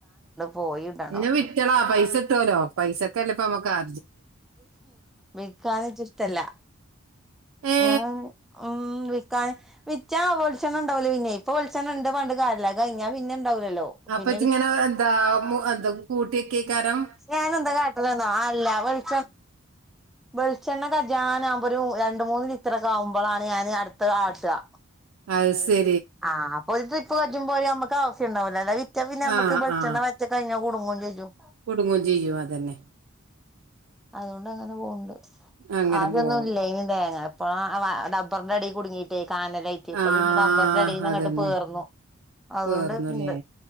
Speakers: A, in the centre; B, on the right.
A: പോയി ഇടണം
B: ഇന്നാ വിറ്റളാ പൈസട്ടോലോ പൈസക്കല്ലേ ഇപ്പ അമ്മക്ക് ആ
A: വിക്കാൻ ഇച്ച് ഇഷ്ട ഇല്ല
B: ഏ
A: ഞാൻ ഉം ക്കാൻ വിറ്റാ വെൾച്ചെണ്ണണ്ടാവൂല പിന്നെ ഇപ്പ വെൾച്ചെണ്ണ ഇണ്ട് പർൺട്ട് കാര്യ ഇല്ലാ അയ് കഴിഞ്ഞാ പിന്നെ ഉണ്ടാവൂലല്ലോ
B: അപ്പ
A: പിന്നെ
B: ഇജ്ജ്ങ്ങനെ
A: വിറ്റ്
B: എന്താ മു എന്താ കൂട്ടിയെക്കെയ്ക്കാരം?
A: ഞാൻ എന്താ കാട്ടൽന്നോ അല്ല വെൾച്ച വെൾച്ചെണ്ണ കജ്ജാനാവുമ്പൊരു രണ്ട്‌ മൂന്ന് ലിറ്ററൊക്കെ ആവുമ്പളാണ് ഞാന് അട്ത്തെ ആട്ടാ
B: അയ് സെ
A: ആ അപ്പൊ ഒരു ട്രിപ്പ് കജ്ജുമ്പോ പോലെ ഞമ്മക്ക് ആവ്സ്യം ഇണ്ടാവൂലെ അതായത് മറ്റേപിന്നമ്മക്ക്
B: ആ
A: ബെൾച്ചെണ്ണ
B: ആ
A: പറ്റെ കഴിഞ്ഞാ കുടുങ്ങും ചെജ്ജും
B: കുടുങ്ങും ചെയ്യും അതന്നെ
A: അതുകൊണ്ട് അങ്ങനെ പോവ്ണ്ട്
B: അങ്ങനെ
A: ആദ്യൊന്നുംല്ലൈനി
B: പോവും
A: തേങ്ങ ഇപ്പൊ ആ ഡബ്ബർന്റെ എടീ കുടുങ്ങിയിട്ടേ കാനലയ്റ്റ് ഇപ്പ
B: ആ
A: പിന്നെ ഡബർന്റെടീന്ന്ങ്ങട്ട്
B: അതന്നെ
A: പേർന്നു അതുകൊണ്ട്
B: പേർന്നുല്ലേ
A: ഉണ്ട്